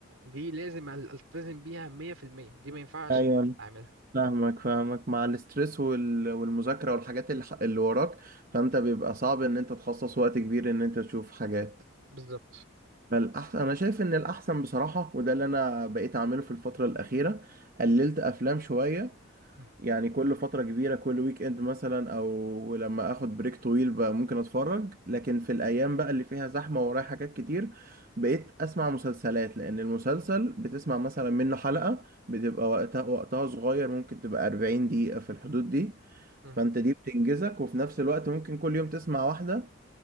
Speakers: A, on the right; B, on the right.
A: دي لازم التزم بيها 100% دي ما ينفعش
B: آه
A: اعملها
B: فاهمك فاهمك مع الاسترس وال... والمذاكرة والحاجات اللي, ح- اللي وراك فانت بيبقى صعب ان انت تخصص وقت كبير ان انت تشوف حاجات
A: بالظبط
B: فالأحسن أنا شايف إن الأحسن بصراحة وده اللي أنا بقيت أعمله في الفترة الأخيرة قللت أفلام شوية
A: مم.
B: يعني كل فترة كبيرة كل ويك اند مثلا او لما اخد بريك طويل بقى ممكن اتفرج لكن في الايام بقى اللي فيها زحمة ورايا حاجات كتير بقيت اسمع مسلسلات لان المسلسل بتسمع مثلا منه حلقة بتبقى وقتها وقتها صغير ممكن تبقى 40 دقيقة في الحدود دي
A: مم.
B: فانت دي بتنجزك وفي نفس الوقت ممكن كل يوم تسمع واحدة